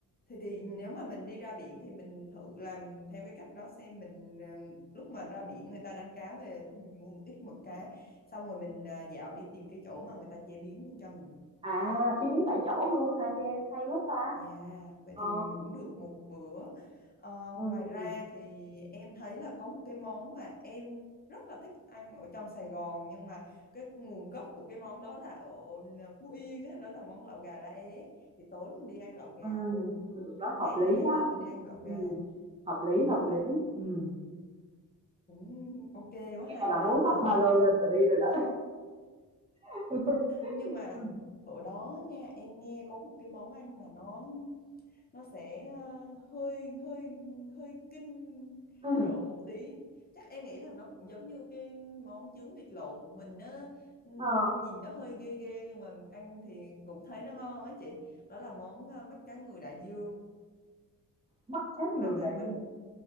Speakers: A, on the left (about 25°); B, on the right (about 15°).
A: thì thì nếu mà mình đi ra biển thì mình thử làm theo cái cách đó xem mình à, lúc mà ra biển người ta đánh cá về thì mình mua một ít mực cá xong rồi mình à, dạo đi tìm cái chỗ mà người ta chế biến luôn cho mình
B: à, chế biến tại chỗ luôn hả Giang? Hay quá ta.
A: Yeah, vậy
B: Ờ,
A: thì mình cũng được một bữa. Ờ,
B: ừ,
A: ngoài ra thì em thấy là có một cái món mà em rất là thích ăn ở trong Sài Gòn nhưng mà cái nguồn gốc của cái món đó là ở Phú Yên á, đó là món lẩu gà lá é. Thì tối mình đi ăn lẩu gà
B: ừ,
A: luôn.
B: được đó,
A: Tối
B: hợp
A: ngày
B: lý
A: thứ nhất
B: đó.
A: á mình đi ăn lẩu gà.
B: Ừ, hợp lý,
A: Ừ,
B: hợp lý. Ừ,
A: cũng ok quá ha.
B: nghe là muốn
A: Ờ,
B: xách ba lô lên và đi rồi đó. <laughs>
A: nhưng mà
B: Ừ,
A: ở đó nha, em nghe có một cái món ăn mà nó nó sẽ ờ, hơi hơi hơi kinh
B: ừ,
A: rợn một tí chắc em nghĩ là nó cũng giống như cái món trứng vịt lộn của mình á Ừm,
B: ờ,
A: nhìn nó hơi ghê ghê nhưng mà ăn thì cũng thấy nó ngon á chị đó là món ờ, mắt cá ngừ đại dương
B: bắt cá
A: là
B: ngừ đại
A: mắt
B: dương,